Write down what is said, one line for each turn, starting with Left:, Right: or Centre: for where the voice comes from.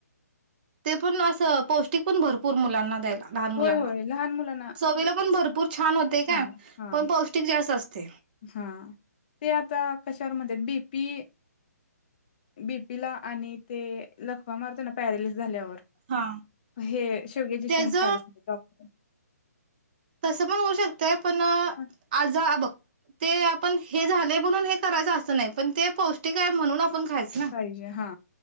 Right: ते पण अस पौष्टिक पण भरपूर मुलांना द्यायला लहान मुलांना
Left: होय होय लहान मुलांना
Right: चवीला पण
Left: छान
Right: भरपूर होते काय
Left: आहे हा
Right: पण पौष्टिक जास्त असते
Left: हा ते आता कशावर म्हणतात बीप ते बीपी ला आणि ते लखवा मारतो ना पैरालिसिस झाल्यावर
Right: हा
Left: हे शेवग्याचे
Right: त्याच
Left: शेंग खायला सांगितलं डॉक्टर
Right: अस पण होऊ शकते आपण
Left: डॉक्टरांनी.
Right: आज बघ ते आपण हे झाले म्हणून हे करायचं असं नाही पण ते पौष्टिक आहे म्हणून आपण खायचं ना
Left: पाहिजे हा